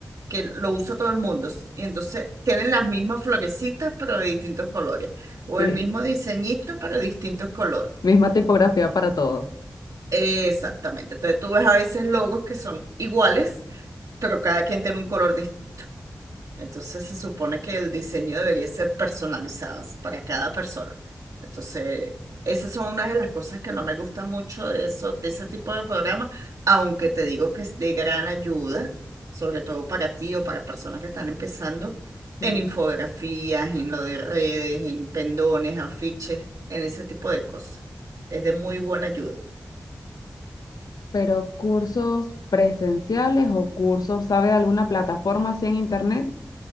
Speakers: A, on the right (about 65°); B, on the left (about 80°).
A: que lo usa todo el mundo. Y entonces tienen las mismas florecitas pero de distintos colores o
B: Sí,
A: el mismo diseñito pero de distintos colores.
B: misma tipografía para todo.
A: Exactamente. Entonces tú ves a veces logos que son iguales, pero cada quien tiene un color distinto. Entonces se supone que el diseño debería ser personalizado para cada persona. Entonces, esas son unas de las cosas que no me gusta mucho de eso, de ese tipo de programas, aunque te digo que es de gran ayuda, sobre todo para ti o para personas que están empezando
B: Sí.
A: en infografías, en lo de redes, en pendones, afiches, en ese tipo de cosas. Es de muy buena ayuda.
B: Pero cursos presenciales o cursos, ¿sabe de alguna plataforma así en internet